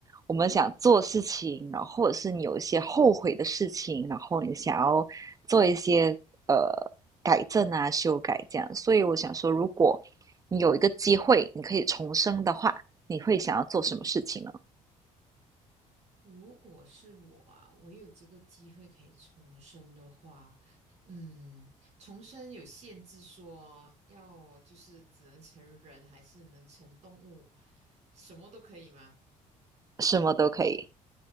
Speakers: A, on the right; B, on the right.
A: 我们想做事情，然后或者是你有一些后悔的事情，然后你想要做一些呃改正啊、修改这样。所以我想说，如果你有一个机会，你可以重生的话，你会想要做什么事情呢？
B: 如果是我啊，我有这个机会可以重生的话，嗯，重生有限制说，要就是只能成人，还是能成动物，什么都可以吗
A: 什么都可以。